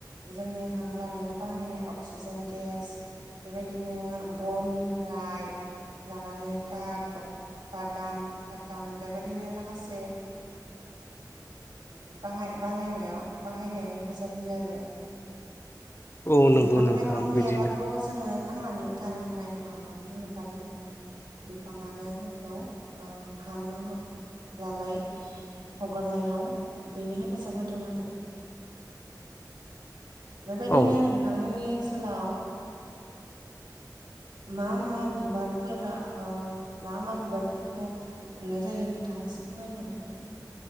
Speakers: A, on the right; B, on the left.
A: जोंनि हां लानायाव बाहायनाय अक्सिजेन गेस बेबायदिनो बननिफ्राय लानानै गादब बादाम बाथाम बेबायदिनो माखासे बाहाय बानायनायाव बाहायनायाव हेफाजाब होयो आरो
B: औ नंगौ
A: बिफां लाइफां
B: नोंथां बिदिनो
A: गैयाब्लाथ' जोङो थांनानै थानो हानाय नङा मानो होनोब्ला जोङो बिफाङानो जोंखौ हां लालाय हगारलायाव बेनो हेफाजाब होदों आरो बेबायदिनो
B: औ
A: नोंथांमोननि ओनसोलाव मा मा बिबारफोरा मा मा बिबारफोरखौ मोननाय जायो नोंथाङा एसे फोरमायनो हागोन ना